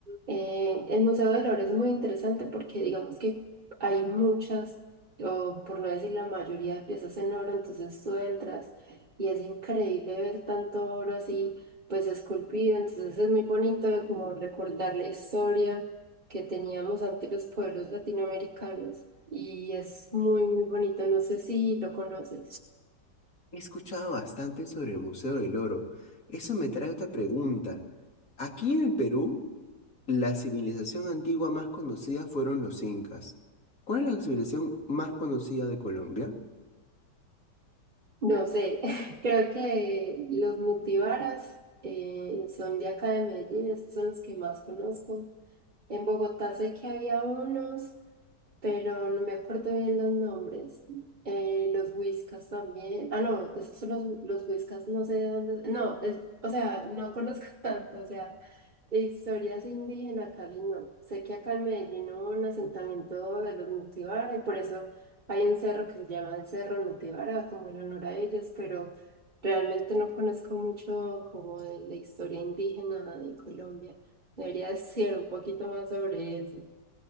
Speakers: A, on the right; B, on the left.
A: Eh, el Museo del Oro es muy interesante porque digamos que hay muchas, o por no decir la mayoría de piezas en oro, entonces tú entras y es increíble ver tanto oro así, pues esculpido, entonces es muy bonito como recordar la historia que teníamos ante los pueblos latinoamericanos y es muy, muy bonito, no sé si lo conoces.
B: He escuchado bastante sobre el Museo del Oro. Eso me trae otra pregunta. Aquí en el Perú, la civilización antigua más conocida fueron los incas. ¿Cuál es la civilización más conocida de Colombia?
A: No sé, <laughs> creo que los Mutivaras eh, son de acá de Medellín, esos son los que más conozco. En Bogotá sé que había unos pero no me acuerdo bien los nombres. Eh, los Whiskas también. Ah, no, esos son los, los Whiskas, no sé de dónde. No, es, o sea, no conozco <laughs> tanto, o sea, de historias indígenas casi no. Sé que acá en Medellín hubo un asentamiento de los Nutibara y por eso hay un cerro que se llama el Cerro Nutibara, como en honor a ellos, pero realmente no conozco mucho como de la historia indígena de Colombia. Debería <laughs> decir un poquito más sobre eso.